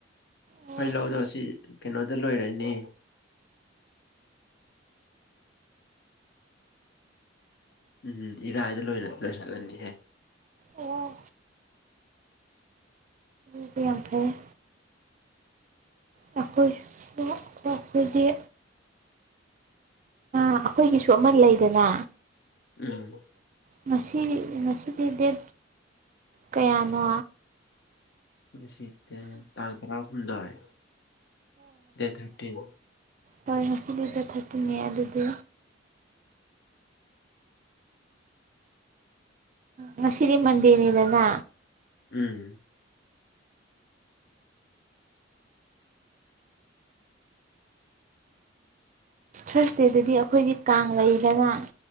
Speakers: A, on the right (about 40°); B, on the left (about 65°).
A: ꯑꯣ
B: ꯑꯩꯈꯣꯏ ꯂꯧꯗꯣ ꯁꯤ ꯀꯩꯅꯣꯗꯣ ꯂꯣꯏꯔꯛꯏꯅꯦ ꯎꯝꯝ ꯏꯔꯥꯏꯗ ꯂ ꯂꯣꯏꯁꯤꯜꯂꯅꯤꯍꯦ
A: ꯑꯣ ꯑꯗꯨ ꯌꯥꯝ ꯐꯩꯌꯦ ꯑꯩꯈꯣꯏꯁꯨ ꯑꯩꯈꯣꯏ ꯑꯩꯈꯣꯏꯗꯤ ꯑꯩꯈꯣꯏꯒꯤꯁꯨ ꯑꯃ ꯂꯩꯗꯅ
B: ꯎꯝ
A: ꯉꯁꯤ ꯉꯁꯤꯗꯤ ꯗꯦꯠ ꯀꯌꯥꯅꯣ
B: ꯉꯁꯤ ꯇꯥꯡ ꯇꯔꯥꯍꯨꯝꯗꯣꯏ ꯗꯦꯠ ꯊꯥꯔꯇꯤꯟ
A: ꯍꫭꯏ ꯉꯁꯤꯗꯤ ꯗ‌ꯦꯠ ꯊꯥꯔꯇꯤꯟꯅ‌ꯦ ꯑꯗꯨꯗꯤ ꯉꯁꯤꯗꯤ ꯃꯟꯗ‌ꯦꯅꯤꯗꯅ
B: ꯎꯝ
A: ꯊꯔꯁꯗꯦꯗꯗꯤ ꯑꯩꯈꯣꯏꯗꯤ ꯀꯥꯡ ꯂꯩꯗꯅ